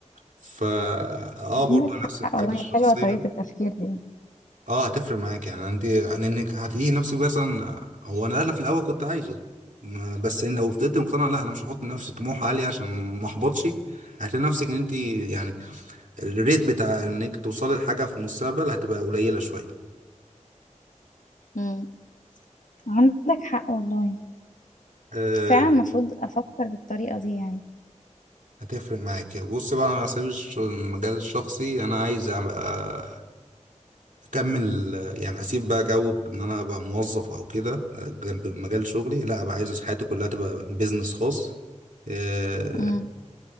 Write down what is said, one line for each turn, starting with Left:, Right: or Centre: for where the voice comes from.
Right: فا اه
Left: عندك
Right: برضه نفس الحاجات
Left: حق والله
Right: الشخصيه
Left: حلوة طريقة
Right: دي
Left: التفكير دي
Right: اه هتفرق معاك يعني انت يعني انك هتلاقي نفسك مثلا هو انا انا في الاول كنت عايزه ما- بس إن لو فضلت مقتنع لا انا مش هحط لنفسي طموح عالي عشان ما احبطش هتلاقي نفسك ان انت يعني الريت بتاع انك توصلي لحاجة في المستقبل هتبقى قليلة شوية
Left: مم. عندك حق والله
Right: أه
Left: فعلا المفروض افكر بالطريقة دي يعني
Right: هتفرق معاك بص بقى انا هسيب الش- المجال الشخصي انا عايز ابقى اكمل يعني اسيب بقى جو ان انا ابقى موظف او كده آه، جنب مجال شغلي لا ابقى عايز حياتي كلها تبقى بيزنس خاص آه،
Left: امم